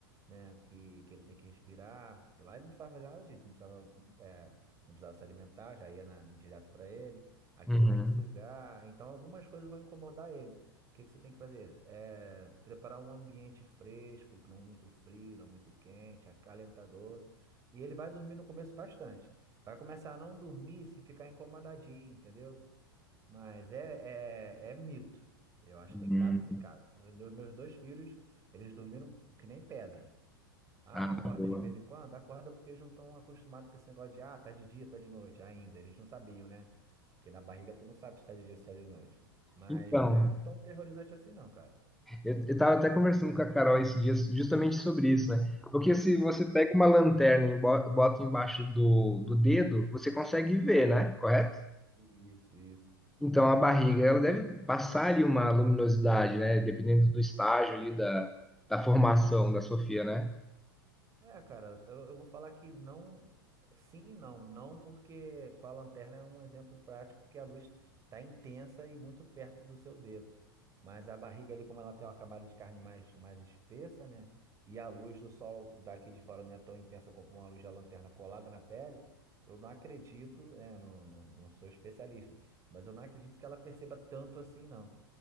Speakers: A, on the right; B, in the centre.
A: né, que, que ele tem que respirar. E lá ele não precisava fazer nada disso, não precisava, é, não precisava se alimentar, já ia na- direto para ele. Aqui
B: Uhum.
A: ele tem que sugar, então algumas coisas vão incomodar ele. O que, que você tem que fazer? É, preparar um ambiente fresco, não muito frio, não muito quente, acalentador. E ele vai dormir no começo bastante. Vai começar a não dormir se ficar incomodadinho, entendeu? Mas é, é, é mito. Eu acho
B: Hum.
A: que tem casos e casos. Do- do- meus dois filhos, eles dormiram que nem pedra. Ah,
B: Ah,
A: acorda
B: boa.
A: de vez em quando? Acorda porque eles não estão acostumados com esse negócio de ah, tá de dia, tá de noite ainda. Eles não sabiam, né? Porque na barriga tu não sabe se tá de dia ou se tá de noite. Mas
B: Então,
A: não é tão terrorizante assim, não, cara.
B: eu, eu tava até conversando com a Carol esses dias justamente sobre isso, né? Porque se você pega uma lanterna e bo- bota embaixo do, do dedo, você consegue ver, né? Correto?
A: Isso, isso.
B: Então a barriga, ela deve passar ali uma luminosidade, né? Dependendo do estágio ali da, da formação da Sofia, né?
A: É, cara, eu, eu vou falar que não, sim e não. Não porque com a lanterna é um exemplo prático, porque a luz tá intensa e muito perto do seu dedo. Mas a barriga ali, como ela tem uma camada de carne mais, mais espessa, né? E a luz do sol daqui de fora não é tão intensa como uma luz da lanterna colada na pele. Eu não acredito, é, eu não, não, não sou especialista, mas eu não acredito que ela perceba tanto assim, não.